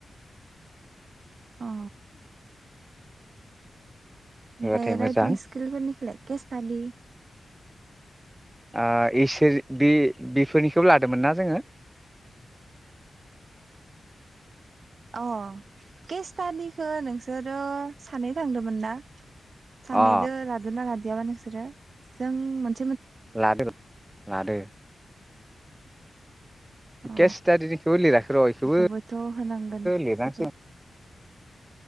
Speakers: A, on the right; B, on the right.
A: अ ओमफाय
B: होबाथाय
A: राइटिं
B: मोजां
A: स्किलफोरनि खोलाय केस थाडि
B: आ इसोर बि बिफोरनिखौ लादोंमोन ना जोङो
A: अ केेस्टानिखो नोंसोरो सानै थांदोंमोन ना सानैदो
B: अ
A: लादोना लाद- दियाबा नोंसोरो जों मोन-
B: लादों लादों
A: अ
B: केष्टादिनिखौबो लिराखै र' इखोबो
A: बेखौबोथ' होनांगोन
B: लिरनांसिगोन
A: फट'